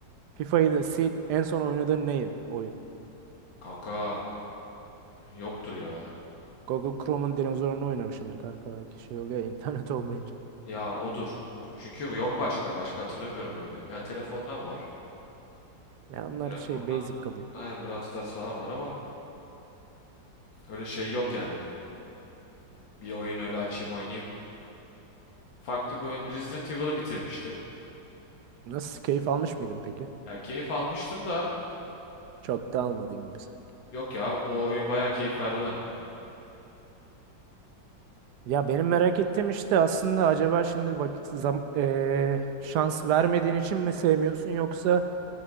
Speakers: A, on the right; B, on the left.
A: FIFA'yı da sil. En son oynadığın neydi oyun?
B: Kanka yoktur ya.
A: Google Chrome'un dinozorunu oynamışsındır kanka belki şey oluyor ya, <laughs> internet olmayınca.
B: Ya odur. Bu- Çünkü bu yok başka. Başka hatırlamıyorum öyle. Ya telefondan var.
A: Ya onlar
B: Telefondan.
A: şey basic kalıyor.
B: Aynen Brawl Stars falan var ama öyle şey yok yani. Bir oyun öyle açayım oynayayım. Farklı bir oyun. Resident Evil'ı bitirmiştim.
A: Nasıl keyif almış mıydın peki?
B: Ya keyif almıştım da
A: Çok da almadın gibisi.
B: yok ya o oyun bayağı keyif verdi bana.
A: Ya benim merak ettiğim işte aslında acaba şimdi vakit zam, eee, şans vermediğin için mi sevmiyorsun yoksa